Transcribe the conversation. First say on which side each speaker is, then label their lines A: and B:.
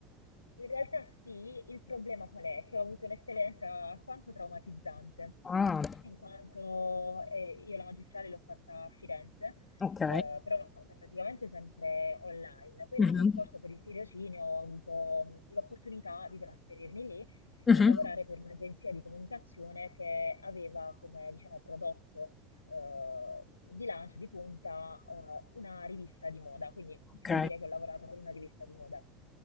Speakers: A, on the left; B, on the left.
A: in realtà sì, il problema qual è? Che ho avuto un'esperienza alquanto traumatizzante,
B: Ah,
A: in quanto eh, io la magistrale l'ho fatta a Firenze,
B: ok.
A: eh, però l'ho fatta praticamente sempre online. Poi
B: Mhm.
A: l'anno scorso per il tirocinio ho avuto mh, l'opportunità di trasferirmi lì
B: Mhm.
A: e lavorare per un'agenzia di comunicazione che aveva come, diciamo, prodotto eh, di lancio, di punta, eh, una rivista di moda, quindi si
B: Ok.
A: può dire che ho lavorato per una rivista di moda.